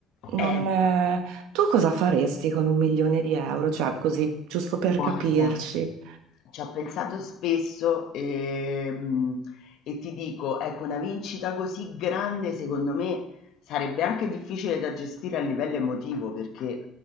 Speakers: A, on the right (about 85°); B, on the left (about 60°).
A: non,
B: Eh,
A: eh, tu cosa faresti con un milione di euro? Cioè, così, giusto per
B: guarda.
A: capirci.
B: Ci ho pensato spesso, ehm, e ti dico, ecco, una vincita così grande, secondo me, sarebbe anche difficile da gestire a livello emotivo, perché